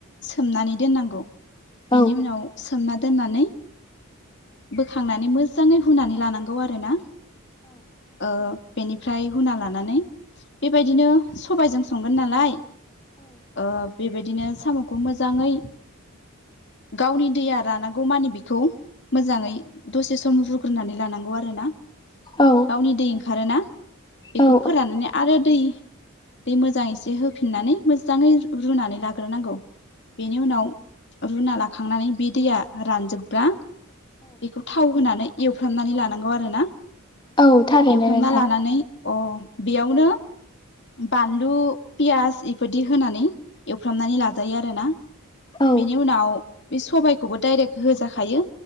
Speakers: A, on the left (about 55°); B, on the left (about 20°).
A: सोमनानै दोननांगौ बेनि
B: औ
A: उनाव सोमना दोननानै बोखांनानै मोजांङै हुनानै लानांगौ आरो ना ओ बेनिफ्राय हुना लानानै बेबायदिनो सबायजों संगोन नालाय ओ बेबायदिनो साम'खौ मोजांङै गावनि दैया रानागौमानि बेखौ मोजांङै दसे सम रुग्रोनानै लानांगौ आरो आरोना
B: औ
A: गावनि दै ओंखारोना बेखौ
B: औ
A: फोराननानै आरो दै दै मोजांं एसे होफिननानै मोजांङै रुनानै लाग्रोनांगौ बेनि उनाव रुना लाखांनानै बे दैया रानजोबब्रा बेखौ थाव होनानै एवफ्रामनानै लानांगौ आरो ना
B: औ थारैनो
A: एवफ्रामना
B: नोंथां
A: लानानै अ बेयावनो बानलु पियास इफोरदि होनानै एवफ्रामनानै लाजायो आरोना
B: औ
A: बिनि उनाव बे सबायाइखौबो डाइरेक्ट होजाखायो